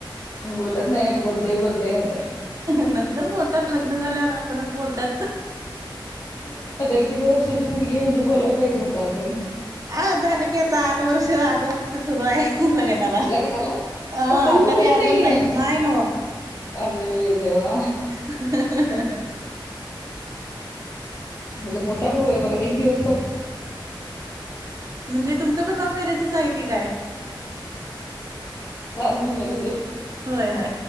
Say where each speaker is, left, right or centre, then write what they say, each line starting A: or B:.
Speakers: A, on the left (about 40°); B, on the right (about 45°).
A: बोलत नाही, बोलतय बोलतय नंतर.
B: नंतर बोलतात. लग्न झाल्यावर आपणच बोलतात.
A: आता तरी दीड वर्षाची मुलगी आहे, म्हणजे बोलाय पाहिजे होता अजून.
B: हा झालं की आता आठ वर्ष, आठव वर्ष सुरु आहे लग्नाला.
A: लग्नाला
B: हा
A: हो बोलत
B: तरी अजून
A: नाहीये
B: नाही. नाही नव्ह.
A: अरे देवा!
B: <unintelligible>
A: माझा मोठा भाऊ आहे बघा. एक दिवस
B: म्हणजे तुमचं पण लव मॅरेजच आहे की काय?
A: अरेंज मॅरेज आहे.
B: होय होय